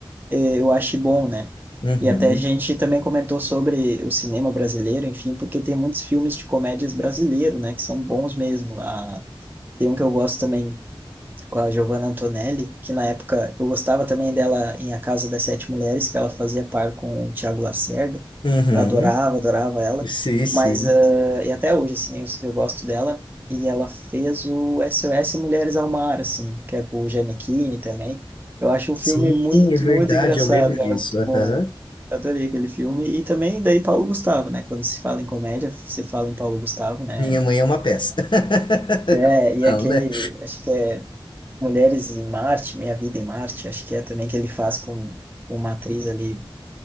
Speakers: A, on the right; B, on the left.
A: eh, eu acho bom, né?
B: uhum,
A: E até a gente também comentou sobre o cinema brasileiro, enfim, porque tem muitos filmes de comédias brasileiro, né, que são bons mesmo. Ah, tem um que eu gosto também com a Giovanna Antonelli, que na época eu gostava também dela em A Casa das Sete Mulheres, que ela fazia par com o Tiago Lacerda.
B: uhum.
A: Eu adorava, adorava ela.
B: Sim, sim.
A: Mas, eh, e até hoje, assim, eu, eu gosto dela. E ela fez o SOS Mulheres ao Mar, assim, que é com o Gianecchini também. Eu acho um filme
B: Sim,
A: muito,
B: é verdade,
A: muito engraçado,
B: eu lembro
A: cara,
B: disso.
A: muito
B: aham.
A: bom. Eu Adorei aquele filme. E também daí Paulo Gustavo, né? Quando se fala em comédia, se fala em Paulo Gustavo, né?
B: Minha mãe é uma peça. <laughs>
A: É, e
B: Não,
A: aquele,
B: né?
A: acho que é Mulheres em Marte, Minha Vida em Marte, acho que é também que ele faz com uma atriz ali,